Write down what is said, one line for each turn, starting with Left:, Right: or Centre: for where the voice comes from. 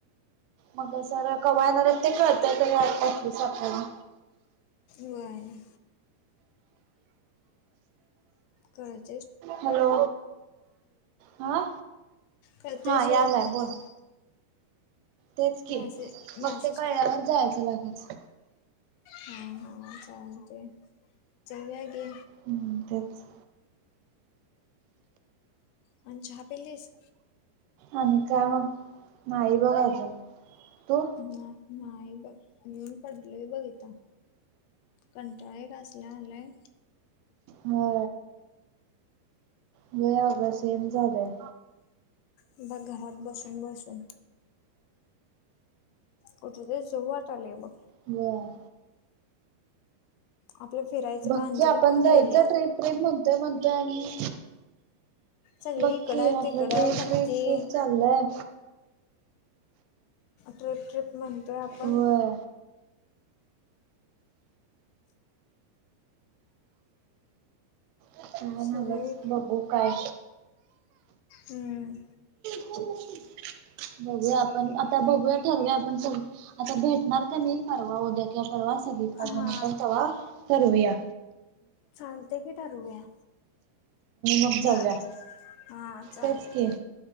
Right: मग सर कवा येणार आहेत ते, कळत तरी पंचवीस तारखेला.
Left: व्हाय. कळतंय.
Right: हॅलो! हा,
Left: कळते
Right: हा
Left: सोड
Right: यालाय
Left: म्हटलं
Right: बोल. तेच की
Left: मॅसेज मॅसेज
Right: मग ते कळल्यावर जायचं लागेच.
Left: हा हा चालते जाऊया घे.
Right: हम्म तेच.
Left: आणि चहा पिलीस
Right: आणि काय मग? नाही बघ अजून. तू
Left: नाहीदा <unintelligible> पडलोय बघ हित, कंटाळेक असला आलाय.
Right: हो. होय आग सेम झालंय.
Left: ब घरात बसून-बसून. कुठ ते जावू वाट आलेय बग.
Right: व्हय.
Left: आपलं फिरायचं
Right: बक्की
Left: पण अंजली
Right: आपण
Left: पण गेल्या
Right: जायचं ट्रीप-ट्रीप म्हणतोय, म्हणतोय आणि
Left: सगळी
Right: बघकी
Left: इकडं
Right: आपलं
Left: तिकडं
Right: ट्रीप-ट्रीप-ट्रीप
Left: भक्ती
Right: चाललय.
Left: ट्रिप-ट्रिप म्हणतोय आपण.
Right: होय काय नव्हच
Left: सगळे
Right: बघू काय.
Left: हम्म.
Right: ह <unintelligible> बघूया आपण, आता बघूया ठरवूया आपण, सगळीजण आता भेटणार का नाही परवा उद्या कि परवा सग अजून
Left: हा
Right: आप आपण तवा ठवूया.
Left: चालतय की ठरवूया.
Right: मग जाऊया
Left: बा हा चालतय.
Right: तेच की